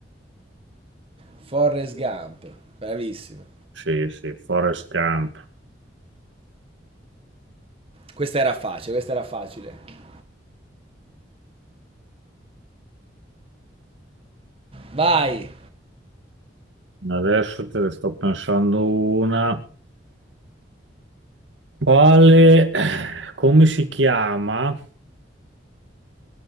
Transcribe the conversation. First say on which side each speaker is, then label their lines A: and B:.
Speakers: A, on the right; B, on the right.
A: Forrest Gump, bravissimo.
B: Sì, sì, Forrest Gump.
A: Questa era facile, questa era facile. Vai.
B: Adesso te ne sto pensando una. Quale, eh, come si chiama,